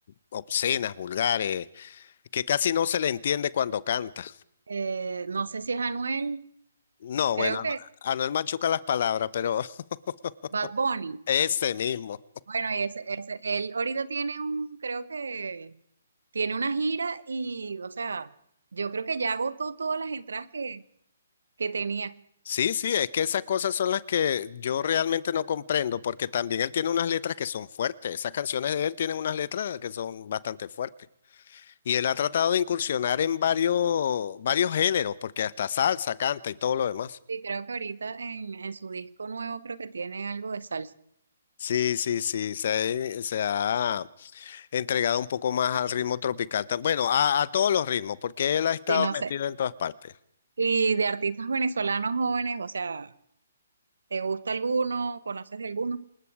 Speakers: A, on the left; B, on the right.
A: obscenas, vulgares, que casi no se le entiende cuando canta.
B: Eh, no sé si es Anuel,
A: No,
B: creo
A: bueno,
B: que
A: a Anuel machuca las palabras, pero <laughs>
B: Bad Bunny.
A: ese mismo.
B: Bueno, y ese, ese, él ahorita tiene un, creo que tiene una gira y, o sea, yo creo que ya agotó todas las entradas que, que tenía.
A: Sí, sí, es que esas cosas son las que yo realmente no comprendo, porque también él tiene unas letras que son fuertes. Esas canciones de él tienen unas letras que son bastante fuertes. Y él ha tratado de incursionar en varios, varios géneros, porque hasta salsa canta y todo lo demás.
B: Y creo que ahorita en, en su disco nuevo creo que tiene algo de salsa.
A: Sí, sí, sí, se, ha se ha entregado un poco más al ritmo tropical. tam- Bueno, a, a todos los ritmos, porque él ha estado
B: Sí, no
A: metido
B: sé.
A: en todas partes.
B: Y de artistas venezolanos jóvenes, o sea, ¿te gusta alguno? ¿Conoces de alguno?